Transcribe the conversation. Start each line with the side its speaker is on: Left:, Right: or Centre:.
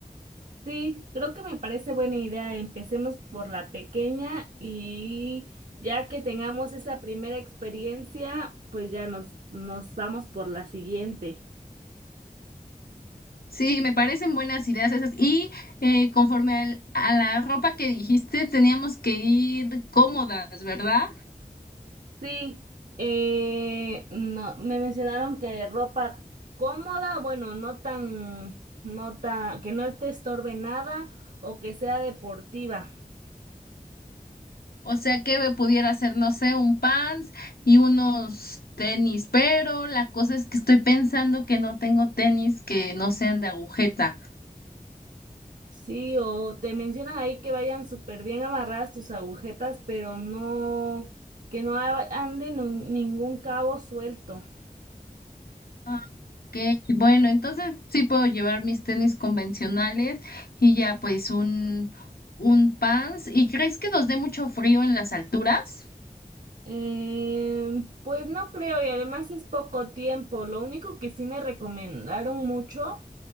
Right: Sí, creo que me parece buena idea. Empecemos por la pequeña y ya que tengamos esa primera experiencia, pues ya nos, nos vamos por la siguiente.
Left: Sí, me parecen buenas ideas esas. Y eh, conforme al- a la ropa que dijiste, teníamos que ir cómodas, ¿verdad?
Right: Sí, eh, no, me mencionaron que ropa cómoda, bueno, no tan, no tan, que no te estorbe nada o que sea deportiva.
Left: O sea que me pudiera hacer, no sé, un pants y unos tenis, pero la cosa es que estoy pensando que no tengo tenis que no sean de agujeta.
Right: Sí, o te mencionan ahí que vayan súper bien amarradas tus agujetas, pero no, que no a- ande nu- ningún cabo suelto.
Left: Ah, Ok, bueno, entonces sí puedo llevar mis tenis convencionales y ya pues un, un pants. ¿Y crees que nos dé mucho frío en las alturas?
Right: Em, pues no creo, y además es poco tiempo. Lo único que sí me recomendaron mucho